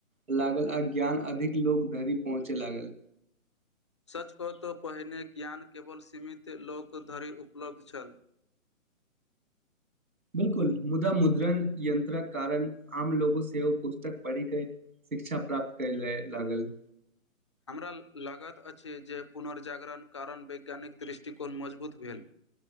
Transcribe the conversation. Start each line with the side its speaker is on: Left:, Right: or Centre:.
Right: लागल आ ज्ञान अधिक लोग धरि पहुँचय लागल
Left: सच कहु तऽ पहिने ज्ञान केवल सीमित लोक धरि उपलब्ध छल <inaudible>
Right: बिलकुल मुदा मुद्रण यंत्रक कारण आम लोगो से ओ पुस्तक पढ़ि कऽ शिक्षा प्राप्त कयले लागल
Left: ह <inaudible> हमरा लागैत अछि जे पुनर्जागरण कारण वैज्ञानिक दृष्टिकोण मजबूत भेल